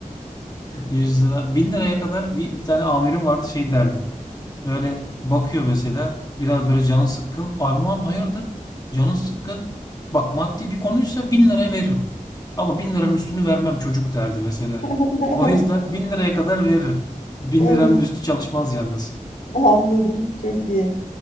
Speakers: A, on the left; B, on the left.
A: 100 lira, 1000 liraya kadar bir, bir tane amirim vardı şey derdi. Böyle bakıyor mesela biraz böyle canın sıkkın. Armağan hayırdır? Canın sıkkın. Bak maddi bir konuysa bin lira veririm. Ama bin liranın üstünü vermem çocuk derdi mesela.
B: <laughs>
A: O yüzden bin liraya kadar veririm. Bin
B: Evet,
A: liranın üstü çalışmaz yalnız.
B: anladım. Çok iyi.